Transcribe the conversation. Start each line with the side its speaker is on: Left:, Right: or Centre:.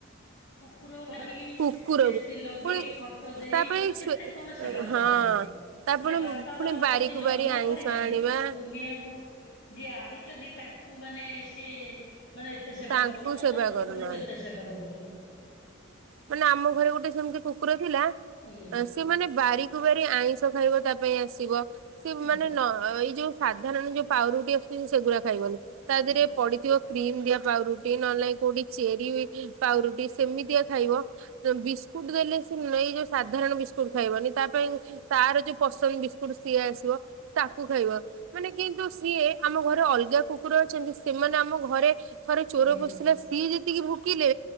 Left: କୁକୁର ଆଣି,
Right: କୁକୁରକୁ
Left: ଏସି ଲଗେଇ,
Right: ପୁଣି
Left: ଖଟ ଦେଇ
Right: ତାପରେ
Left: ମାନେ କେତେ
Right: ସ୍ଵେ
Left: କଣ ସେବା
Right: ହଁ।
Left: କରୁଚନ୍ତି।
Right: ତାପରେ
Left: ହେଲେ ବାପା
Right: ପୁଣି
Left: ମାଙ୍କୁ
Right: ବାରିକୁ
Left: ଯିଏ ଜନ୍ମ
Right: ବାରି ଆଇଁଷ
Left: କରିଚନ୍ତି,
Right: ଆଣିବା
Left: ଦୁନିଆକୁ ଯିଏ ଆଣିଚନ୍ତି ତାଙ୍କୁ ମାନେ ସିଏ ମାନେ ଏତେ ସେବା
Right: ତାଙ୍କୁ
Left: କରୁନ, ମାନେ
Right: ସେବା
Left: ଗୋଟେ କୁକୁରକୁ
Right: କରୁନାହାନ୍ତି।
Left: ଏତେ ସେବା କରୁଚନ୍ତି।
Right: ମାନେ ଆମ ଘରେ ଗୋଟେ ସେମିତି କୁକୁର ଥିଲା। ସେ
Left: ଆଜ୍ଞା
Right: ସେ ମାନେ ବାରିକୁ ବାରି, ଆଇଁଷ ଖାଇବ ତା ପାଇଁ ଆସିବ। ସେ
Left: ଆଜ୍ଞା
Right: ମାନେ ନ ଏଇ ଯୋଉ ସାଧାରଣ ଯୋଉଁ ପାଉରୁଟି ଆସୁଛି ସେଗୁରା ଖାଇବନି। ତା
Left: ଆଜ୍ଞା
Right: ଦେହରେ ପଡିଥିବ କ୍ରିମ୍ ଦିଆ ପାଉରୁଟି, ନହଲେ ନାହିଁ କୋଉଠି ଚେରି ଇ ପାଉରୁଟି, ସେମିତିଆ ଖାଇବ। ବିସ୍କୁଟ୍ ଦେଲେ ସେ ଏଇ ଯୋଉ ସାଧାରଣ ବିସ୍କୁଟ୍ ଖାଇବନି ତା ପାଇଁ ତାର ଯୋଉ ପସନ୍ଦ ବିସ୍କୁଟ୍ ସିଏ ଆସିବ, ତାକୁ ଖାଇବ। ମାନେ କିନ୍ତୁ ସିଏ, ଆମ ଘରେ ଅଲଗା କୁକୁର ଅଛନ୍ତି ସେମାନେ ଆମ ଘରେ ଥରେ ଚୋର
Left: ଆଜ୍ଞା
Right: ପଶିଥିଲେ ସିଏ ଯେତିକି ଭୁକିଲେ,